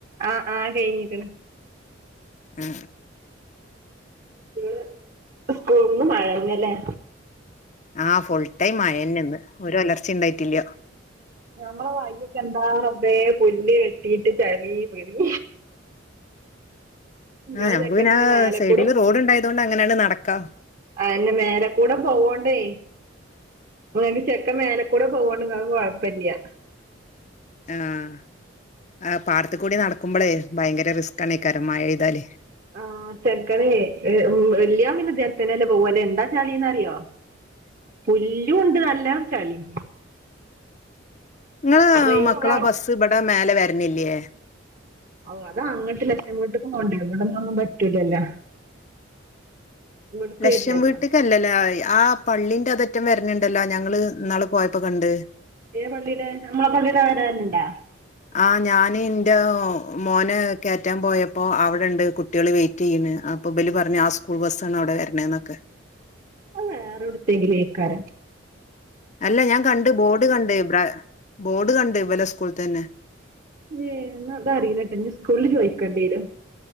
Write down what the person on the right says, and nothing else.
ആ ആ കഴിഞ്ഞ്ക്ക്‌ണ്
കുട്ടേള് സ്കൂൾന്ന് മഴന്നല്ലേ?
ഞമ്മളെ വയ്യൊക്കെ എന്താ റബേ പുല്ല് കെട്ടീട്ട് ചളീ പിളീ ഇങ്ങളെ
ചെക്കൻ
പിന്നെ
മേലെക്കൂടെ
അയെന്നെ മേലേകൂടെ പോവോണ്ടേയ് ഇങ്ങക്ക് ചെക്കൻ മേലക്കൂടെ പോവോണ്ട് ങ്ങക്ക് കുഴപ്പല്ല.
ആഹ് ചെക്കനിലേ ഏ ഉം വെല്ല്യോന് പിന്നെ ഇതേത്തന്നെല്ലേ പോവല് എന്താ ചളി ന്നറിയോ പുല്ലൂ ണ്ട് നല്ലം ചളീം
ട്രെയിനിന്റെ
ഔ അത് അങ്ങട്ട് ലക്ഷം വീട്ട്ക്ക്‌ പോണ്ടേ ഇ വിട്ന്നൊന്നും പറ്റൂലല്ലോ ഇവിട്ക്ക്
വരില്ലല്ലോ
ഏ പളളീടെ നമ്മളെ പള്ളീടെ വരാലിണ്ടാ
വേറെവ്ട്ത്തേങ്കിലു ഏക്കാരം
ഏ ന്നാ അതറീലട്ടോ ഇഞ്ഞ് സ്കൂൾല് ചോയ്ക്കണ്ട്യേരും